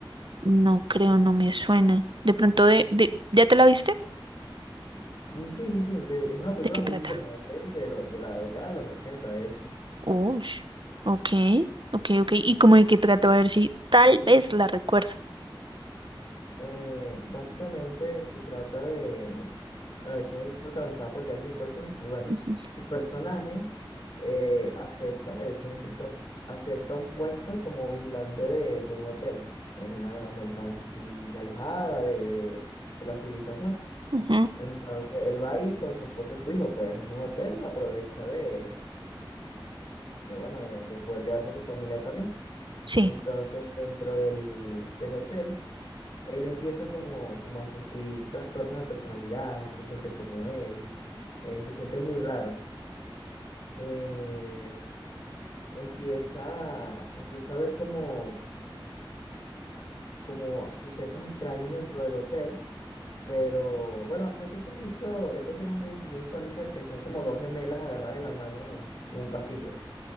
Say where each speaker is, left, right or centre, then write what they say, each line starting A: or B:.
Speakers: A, on the right; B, on the left.
A: No creo, no me suena. De pronto de, de, ¿ya te la viste?
B: Mm, Sí, sí, sí. de- es una película
A: ¿De qué
B: muy
A: trata?
B: vieja, es del- de, lo- de la década de los 80, de hecho.
A: Uy. Ok, ok, ok. ¿Y cómo de qué trata? A ver si tal vez la recuerdo.
B: Eh, básicamente se trata de, bueno, de hecho es protagonizada por Jack Nicholson y bueno,
A: Ujú,
B: su personaje eh, acepta, de hecho es escritor, acepta un puesto como vigilante de, de un hotel en una montaña así alejada de, de- de la civilización.
A: ujú.
B: Entonces él va ahí con su esposa y su hijo, pues es un hotel y aprovecha de, de bueno, de, de poder llevarse a su familia también.
A: Sí.
B: Entonces dentro del, del hotel él empieza como, como a sufrir trastornos de personalidad, no se siente como él, eh, se siente muy raro. Eh, empieza, empieza a ver como, como sucesos extraños dentro del hotel, pero bueno, no sé si has visto esa escena es muy, muy icónica que son como dos gemelas agarradas de la mano eh, en un pasillo.